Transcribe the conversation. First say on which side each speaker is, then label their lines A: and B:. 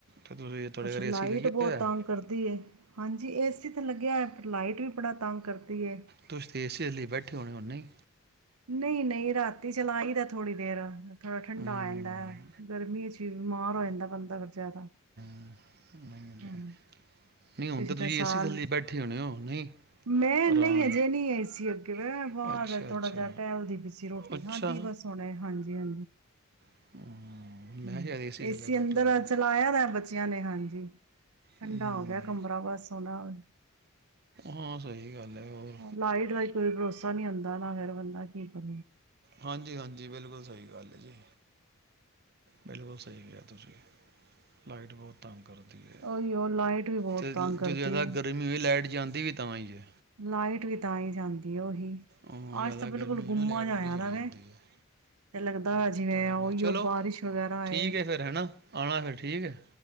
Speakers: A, on the right; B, on the right.
A: ਤੇ ਤੁਸੀਂ ਤੁਹਾਡੇ
B: ਕੁੱਛ
A: ਘਰ
B: ਲਾਈਟ
A: ਏਸੀ ਲੱਗਿਆ
B: ਬਹੁਤ
A: ਹੋਇਆ ਹੈ?
B: ਤੰਗ ਕਰਦੀ ਏ, ਹਾਂਜੀ। ਇਸ, ਇੱਥੇ ਲੱਗਿਆਇ ਲਾਈਟ ਵੀ ਬੜਾ ਤੰਗ ਕਰਦੀ ਏ
A: ਤੁਸੀਂ ਤੇ ਏ ਸੀ ਦੇ ਲਈ ਬੈਠੇ ਹੋਣੇ ਉਹੇ
B: ਨਹੀਂ- ਨਹੀਂ ਰਾਤੀ ਚਲਾਈ ਦਾ ਥੋੜ੍ਹੀ ਦੇਰ‌। ਥੋੜਾ ਠੰਡਾ
A: ਹਮ,
B: ਹੋ ਆਂਦਾ ਗਰਮੀ 'ਚ ਬਿਮਾਰ ਹੋ ਜਾਂਦਾ ਬੰਦਾ ਫਿਰ, ਜ਼ਿਆਦਾ।
A: ਨਹੀਂ ਹੁੰਦੇ
B: ਹੂੰ
A: ਨਹੀਂ ਹੁਣ
B: ਪਿਛਲੇ
A: ਤਾਂ ਤੁਸੀਂ
B: ਸਾਲ
A: ਏਸੀ ਥੱਲੇ ਬੈਠੇ ਹੋਣੇ ਹੋ ਨਹੀਂ
B: ਮੈਂ
A: ਆਰਾਮ
B: ਨਹੀਂ ਅਜੇ ਨਹੀਂ ਆਈ ਸੀ, ਅੱਗੇ ਵੈਂ
A: ਸੀ
B: ਬਾਹਰ
A: ਅੱਛਾ
B: ਥੋੜਾ
A: ਅੱਛਾ
B: ਜਿਹਾ ਟਹਿਲਦੀ ਪਈ ਸੀ ਰੋਟੀ
A: ਅੱਛਾ
B: ਖਾਂਧੀ ਬਸ ਹੁਣੇ, ਹਾਂਜੀ। ਹਹ
A: ਹਮ, ਮੈਂ
B: ਹੂੰ,
A: ਸ਼ਾਇਦ ਥੱਲੇ
B: ਏਸੀ
A: ਬੈਠੇ
B: ਅੰਦਰ
A: ਹੋਏ
B: ਚਲਾਇਆ ਹੋਇਆ ਬੱਚਿਆਂ ਨੇ, ਹਾਂਜੀ। ਜੀ। ਠੰਡਾ
A: ਹੂੰ
B: ਹੋ ਗਿਆ। ਕਮਰਾ ਬਸ ਸੋਣਾ ਹੁਨ,
A: ਹਾਂ ਸਹੀ ਗੱਲ ਹੈ ਹੋਰ
B: ਲਾਈਟ ਦਾ ਕੋਈ ਭਰੋਸਾ ਨਹੀਂ ਹੁੰਦਾ ਨਾ, ਫਿਰ ਬੰਦਾ ਕੀਕ <inaudible>
A: ਹਾਂਜੀ -ਹਾਂਜੀ, ਬਿਲਕੁਲ ਸਹੀ ਗੱਲ ਹੈ ਜੀ। ਬਿਲਕੁਲ ਸਹੀ ਕਿਹਾ ਤੁਸੀਂ, ਲਾਈਟ ਬਹੁਤ ਤੰਗ ਕਰਦੀ ਹੈ
B: ਉਹੀ ਉਹ ਲਾਈਟ ਵੀ ਬਹੁਤ
A: ਤੇ ਜਦੋਂ
B: ਤੰਗ ਕਰਦੀ
A: ਜ਼ਿਆਦਾ
B: ਏ।
A: ਗਰਮੀ ਹੋਈ ਲਾਈਟ ਜਾਂਦੀ ਵੀ ਤਾਂਾ ਹੀ ਜਚ
B: ਲਾਈਟ ਵੀ ਤਾਂ ਹੀ ਜਾਂਦੀ ਉਹੀ,
A: ਹਾਂ ਜ਼ਿਆਦਾ
B: ਅੱਜ ਤਾਂ ਬਿਲਕੁਲ
A: ਗਰਮੀ ਹੋਈ
B: ਗੁੰਮਾ
A: ਨਾ ਲਾਈਟ
B: ਜਾ ਆਇਆ
A: ਬੜੀ ਚਲੀ
B: ਦਾ ਵੈ।
A: ਜਾਂਦੀ ਹੈ
B: ਤੇ ਲੱਗਦਾ ਦਾਰ ਜਿਵੇਂ
A: ਬੜਾ
B: ਉਹੀ
A: ਚਲੋ
B: ਉਹ ਬਾਰਿਸ਼ ਵਗੈਰਾ ਆਏ
A: ਠੀਕ ਹੈ ਫਿਰ ਹੈ ਨਾ ਆਉਣਾ ਫਿਰ ਠੀਕ ਹੈ।